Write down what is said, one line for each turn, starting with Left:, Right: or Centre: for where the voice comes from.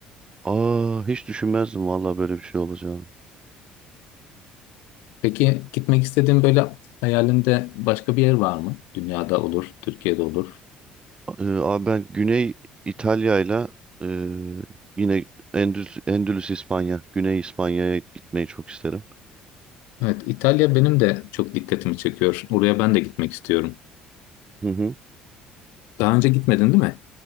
Right: Aa hiç düşünmezdim vallahi böyle bir şey olacağını.
Left: Peki gitmek istediğin böyle hayalinde başka bir yer var mı? Dünyada olur, Türkiye'de olur.
Right: Ee, abi ben Güney İtalya'yla ile e, yine Endülüs, Endülüs İspanya, Güney İspanya'ya gitmeyi çok isterim.
Left: Evet, İtalya benim de çok dikkatimi çekiyor. Oraya ben de gitmek istiyorum.
Right: Hı hı.
Left: Daha önce gitmedin değil mi?